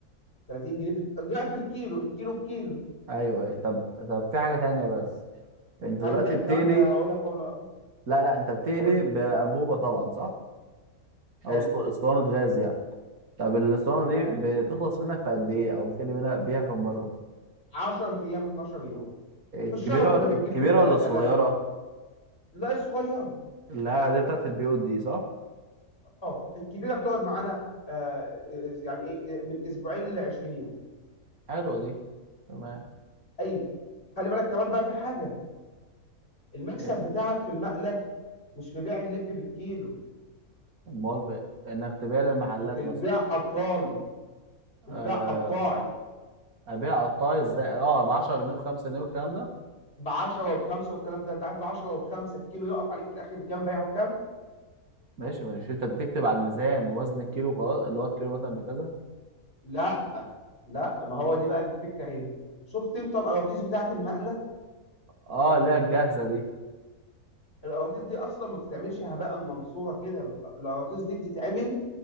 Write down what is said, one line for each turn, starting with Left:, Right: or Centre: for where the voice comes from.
Left: 30 جنيه في ضعف الكيلو الكيلو بكيلو
Right: ايوه ايوه طب طب في حاجة تانية بس انت
Left: خلي
Right: دلوقتي
Left: بالك
Right: بتقلي
Left: كمان ما انا هقول لك اهو لا.
Right: لا لا انت بتقلي
Left: قول لي
Right: بأنبوبة طبعا صح او
Left: حلو
Right: اسط- اسطوانة غاز يعني طب الاسطوانة
Left: تمام
Right: دي بتخلص منك في قد ايه او بتقلي منها بيها كم مرة
Left: 10 ايام 12 يوم
Right: الكبيرة
Left: في الشهر كنا بنجيب
Right: الكبيرة
Left: قول ثلاث
Right: ولا الصغيرة؟
Left: انابيب لا الصغيره
Right: لا دي بتاعت البيوت دي صح؟
Left: اه الكبيره بتقعد معانا آه يعني ايه إيه، من اسبوعين ل 20 يوم
Right: حلوة دي تمام
Left: ايوه خلي بالك كمان بقى في حاجه المكسب
Right: ايه
Left: بتاعك في المقلة مش في بيع اللب بالكيلو
Right: امال بقى انك تبيع للمحلات
Left: في البيع
Right: مثلا
Left: قطالي في
Right: آه
Left: البيع قطاعي
Right: ابيع قطاعي ازاي؟ اه ب 10 جنيه ب 5 جنيه والكلام ده
Left: ب 10 وب5 والكلام ده انت عارف ب 10 وب5 الكيلو يقف عليك في الاخر بكام بيعه بكام؟
Right: ماشي ماشي انت بتكتب على الميزان وزن الكيلو وخلاص اللي هو الكيلو مثلا بكذا
Left: لا لا ما هو دي بقى الفكره هنا شفت انت القراطيس بتاعه المقله
Right: اه اللي هي الجاهزة دي
Left: القراطيس دي اصلا ما بتتعملش هباء منصوره كده القراطيس دي بتتعمل